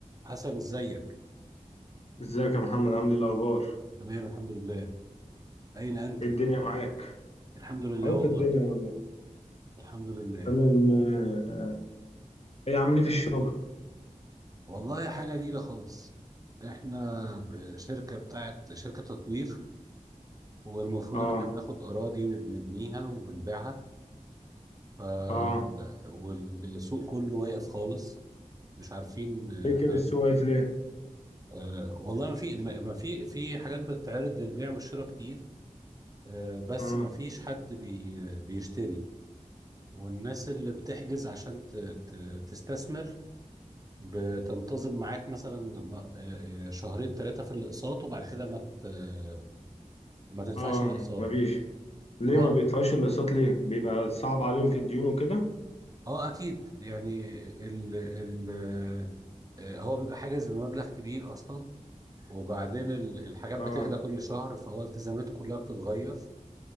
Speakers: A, on the right; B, on the left.
A: حسن ازيك
B: ازيك يا محمد عامل ايه الاخبار
A: تمام الحمد لله اين انت
B: ايه الدنيا معاك
A: الحمد لله
B: اهو
A: والله
B: في الدنيا والله
A: الحمد لله
B: تمام آه، ايه عامل ايه في الشغل
A: والله حاجه نيله خالص احنا ب- شركه بتاعت شركه تطوير والمفروض
B: اه
A: ان احنا بناخد اراضي وبنبنيها وبنبيعها ف...
B: اه
A: والسوق كله واقف خالص مش عارفين آه،
B: ليه كده السوق واقف ليه
A: آه، والله ما في ما ما في في حاجات بتتعرض للبيع والشراء كتير آه، بس
B: اه
A: ما فيش حد بي... بيشتري والناس اللي بتحجز عشان ت... ت... تستثمر بتنتظم معاك مثلا م- آه، آه، شهرين ثلاثة في الأقساط وبعد كده ما ت- آه، ما تدفعش
B: اه
A: الأقساط
B: ما بيش ليه
A: اه
B: ما بيدفعوش الاقساط ليه بيبقى صعب عليهم في الديون وكده
A: اه اكيد يعني ال ال آه، هو بيبقى حاجز بمبلغ كبير اصلا وبعدين ال- الحاجات
B: اه
A: بتغلى كل شهر فهو التزاماته كلها بتتغير